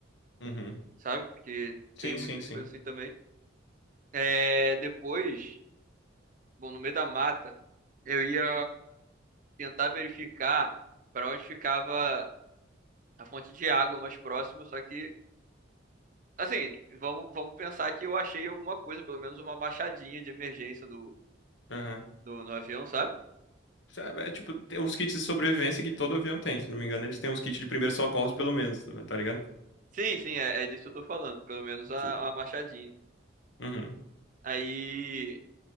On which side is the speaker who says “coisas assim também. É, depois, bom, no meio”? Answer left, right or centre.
Right